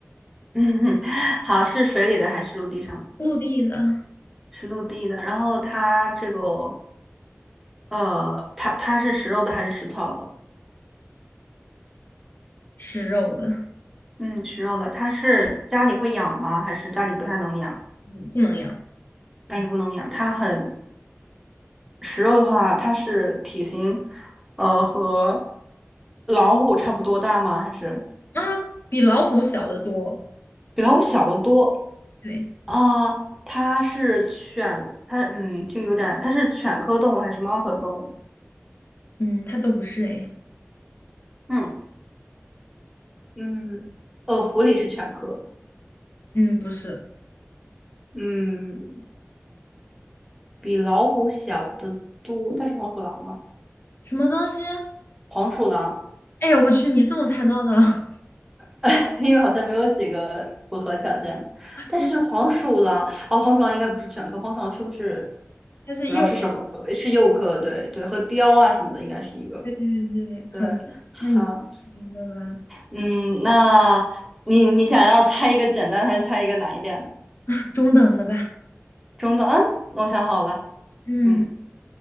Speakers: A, in the centre; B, on the left.
A: 嗯，<laughs> 好，是水里的还是陆地上的？
B: <laughs> 陆地的，
A: 是陆地的。然后它这个，呃，它它是食肉的还是食草的？
B: 吃肉的，
A: 嗯，食肉的。它是家里会养吗？还是家里不太能养？
B: 嗯，不能养
A: 家里不能养。它很食肉的话，它是体型，呃，和老虎差不多大吗？还是
B: 啊，比老虎小得多。
A: 比老虎小得多？
B: 对，
A: 啊、它是犬，它嗯，就有点，它是犬科动物还是猫科动物？
B: 嗯，它都不是哎，
A: 嗯。嗯，呃，狐狸是犬科，
B: 嗯，不是
A: 嗯，比老虎小的多，但是黄鼠狼嘛，
B: 什么东西？
A: 黄鼠狼，
B: 哎呀，我去，你怎么猜到的？<laughs>
A: <laughs> 因为好像没有几个符合条件但是黄鼠狼，
B: 它是
A: 哦，黄鼠狼应该不是犬科，黄鼠狼是不是
B: 它是鼬
A: 不知道是什么科？是鼬科，对对，和雕啊什么的应该是一个，
B: 对对对，
A: 对，
B: 好的，
A: 好，
B: 那你就选一个吧，
A: 嗯，那你你想要猜一个简单还是猜一个难一点的？
B: <laughs> 啊，中等的吧。
A: 中等，嗯，我想好了，
B: 嗯
A: 嗯，